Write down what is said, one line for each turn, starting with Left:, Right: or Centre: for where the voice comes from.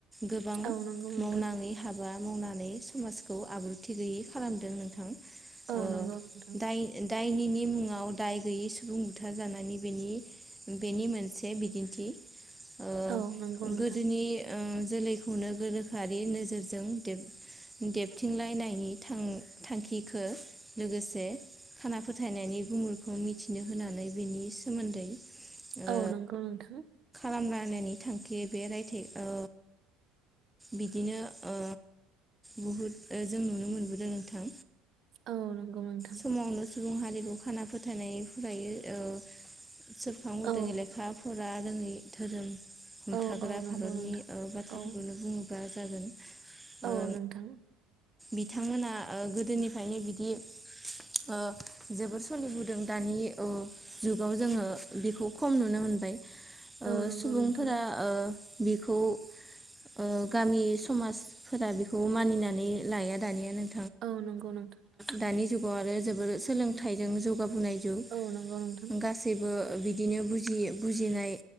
Centre: गोबां
Right: औ नंगौ नोंथां
Centre: मावनाङै हाब हाबा मावनानै समाजखौ आब्रुथि गैयै खालामदों नोंथां।
Right: औ
Centre: ओ
Right: नंगौ नोंथां।
Centre: दाय दायनिनि मुङाव दाय गैयै सुबुं बुथार जानायनि बेनि बेनि मोनसे बिदिन्थि ओ
Right: औ नंगौ नोंथां।
Centre: गोदोनि जोलैखौनो गोरोखोआरि नोजोरजों देब देबथिंलायनायनि थां थांखिखौ लोगोसे खाना फोथायनायनि गुमुरखौ मिथिनो होनानै बेनि सोमोन्दै ओ
Right: औ नंगौ नोंथां।
Centre: <unintelligible> थांखि बे रायथाइखौ बिदिनो ओ बहुद जों नुनो मोनबोदों नोंथां।
Right: औ नंगौ नोंथां
Centre: समावनो सुबुं हारिखौ खाना फो थानाय फायो औ सोरखांबोदों
Right: औ
Centre: ए लेखाफोरार जोंनि धोरोम हमथाग्रा
Right: औ औ नंगौ
Centre: भारतनि
Right: नोंथां
Centre: ओ बाथ्राफोरखौनो
Right: औ
Centre: बुङोब्ला जागोन
Right: औ
Centre: ओ
Right: नोंथां
Centre: बिथांमोना ओ गोदोनिफ्रायनो बिदि ओ जोबोर सोलिबोदों दानि ओ जुगाव जोङो बेखौ खम नुनो मोनबाय ओ
Right: औ नंगौ
Centre: सुबुंफोरा
Right: नोंथां
Centre: ओ बिखौ ओ गामि समाजफोरा बेखौ मानिनानै लाया दानिया नों
Right: औ नंगौ नोंथां।
Centre: दानि जुगाव आरो जोबोर सोलोंथाइजों जौ जौगाबोनाय जुग
Right: औ नंगौ नोंथां
Centre: गासैबो बिदिनो बुजियि बुजिनाय